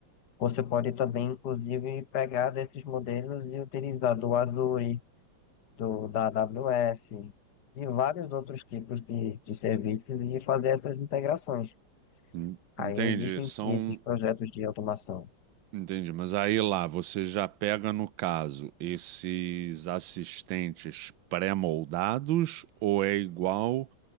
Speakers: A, on the left (about 60°); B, on the right (about 75°).
A: você pode também, inclusive, pegar desses modelos e utilizar do Azure, do, da AWS e vários outros tipos de, de serviços e fazer essas integrações.
B: En-
A: Aí
B: Entendi,
A: existem
B: são.
A: sim esses projetos de automação.
B: Entendi, mas aí lá você já pega, no caso, esses assistentes pré-moldados ou é igual